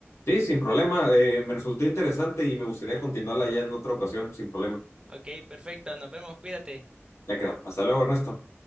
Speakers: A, on the left; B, on the right.
A: Sí, sin problema, eh, me resultó interesante y me gustaría continuarla ya en otra ocasión, sin problema.
B: Ok, perfecto, nos vemos, cuídate.
A: Ya quedó. Hasta luego, Ernesto.